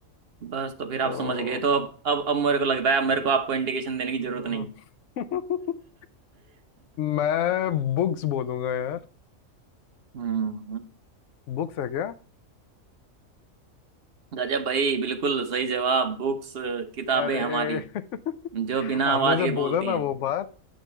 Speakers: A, on the right (about 50°); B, on the left (about 70°).
A: बस तो फिर आप
B: तो
A: समझ गए तो अब अब अब मेरे को लगता है अब मेरे को आपको इंडिकेशन देने की जरूरत
B: म-
A: नहीं
B: <laughs> मैं
A: <laughs>
B: बुक्स बोलूंगा यार
A: हम्म
B: बुक्स है क्या
A: गजब भाई बिल्कुल सही जवाब बुक्स किताबें
B: अरे
A: हमारी
B: <laughs>
A: जो बिना
B: आपने
A: आवाज
B: जब
A: के
B: बोला
A: बोलती
B: ना
A: हैं
B: वो बात